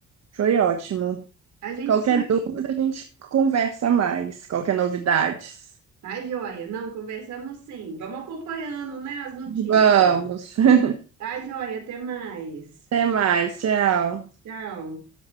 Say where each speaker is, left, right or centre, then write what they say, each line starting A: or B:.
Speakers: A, on the right (about 55°); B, on the right (about 75°).
A: foi ótimo.
B: A gente
A: Qualquer
B: se.
A: dúvida, a gente conversa mais. Qualquer novidades.
B: Tá, joia? Não, conversamos sim. Vamos acompanhando, né, as notícias.
A: Vamos. <laughs>
B: Tá, joia? Até mais.
A: Até mais. Tchau.
B: Tchau.